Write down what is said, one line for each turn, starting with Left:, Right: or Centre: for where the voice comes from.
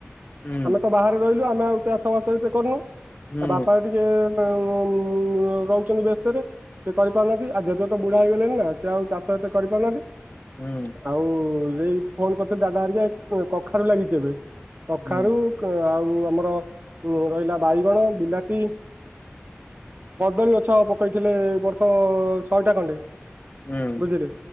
Left: ହୁଁ
Right: ଆମେ ତ ବାହାରେ ରହିଲୁ ଆମେ ଆଉ ଚାଷ ବାସ କରନୁ।
Left: ହୁଁ
Right: ଆଉ ବାପା ଯଦି। <unintelligible> ରହୁଛନ୍ତି ବ୍ୟସ୍ତରେ। ସେ କରି ପାରୁନାହାନ୍ତି। ଆଉ ଜେଜେ ତ ବୁଢା ହେଇଗଲେଣି ନା ସେ ଆଉ ଚାଷ ଏତେ କରି ପାରୁନାହାନ୍ତି।
Left: ହୁଁ
Right: ଆଉ ଏଇ ଫୋନ କରିଥିଲେ ଦାଦା ହେରିକା କଖାରୁ ଲାଗିଛି ଏବେ। କଖାରୁ
Left: ହୁଁ
Right: ଆଉ ଆମର ଉ ରହିଲା ବାଇଗଣ, ବିଲାତି। କଦଳୀ ଗଛ ପକେଇ ଥିଲେ ବର୍ଷ ଶହେଟା ଖଣ୍ଡେ।
Left: ହୁଁ
Right: ବୁଝିଲେ